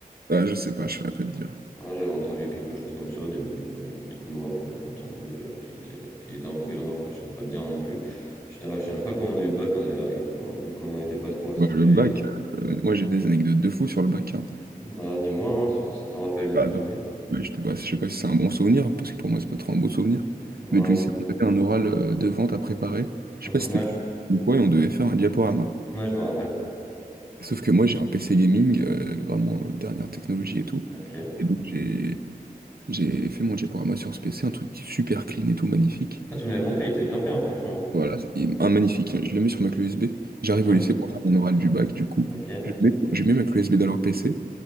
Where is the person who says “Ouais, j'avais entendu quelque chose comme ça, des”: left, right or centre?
Left